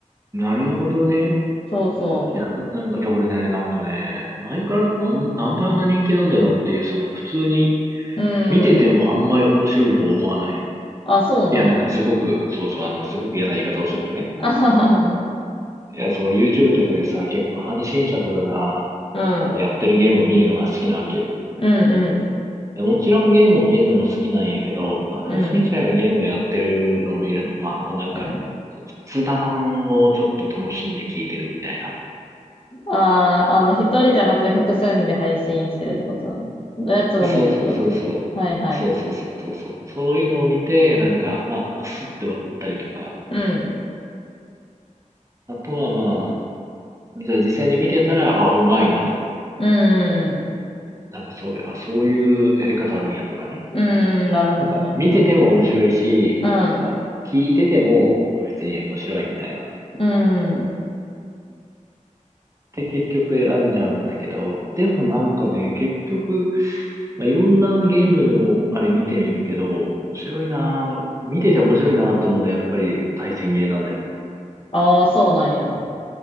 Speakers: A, on the right; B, on the left.
A: ーん。なるほどね。
B: そうそう。
A: あ、だけどなんか、いや、俺ね、なんかね、マイクラってなん、なんであんな人気なんだろうっていう、その、普通に
B: うーん。
A: 見ててもあんまり面白いと思わない
B: あ、そうなん。
A: いや、なんかすごく、そうそう、あの、すごく嫌な言い方をするとね。
B: あははは。
A: いや、そう、俺 YouTube とかでさ、結構配信者とかが、
B: うん。
A: あの、やってるゲームを見るのが好きなわけよ。
B: うん
A: でもちろんゲームを見るのも好きなんやけど、まあ、配信者がゲームをやってるのを見るのは、
B: うん。うん。
A: もうなんか、
B: うん。
A: 雑談をちょっと楽しんで聞いてるみたいな。
B: ああ、あの、一人じゃなくて複数人で配信してるってことのやつが見るってことはいはい。
A: そうそうそうそう。そうそうそうそうそう。そういうのを見て、なんか、まあ、くすって笑ったりとか、
B: うん。
A: あとはまあ、じゃあ実際に見てたら、あ、うまいなとか、
B: うん。
A: なんかそういう、あ、そういうやり方あるんやとかね。
B: うん。なるほどね。
A: なんか見てても面白いし、
B: うん。
A: あの、聞いててもあ別に面白いみたいなの。
B: うん。
A: で、結局選んじゃうんだけど、でもなんかね、結局、まあ、いろんなゲームのあれ見てみるけど、面白いなぁ、見てて面白いなぁと思うのはやっぱり対戦ゲーなんだよな。
B: ああ、そうなんや。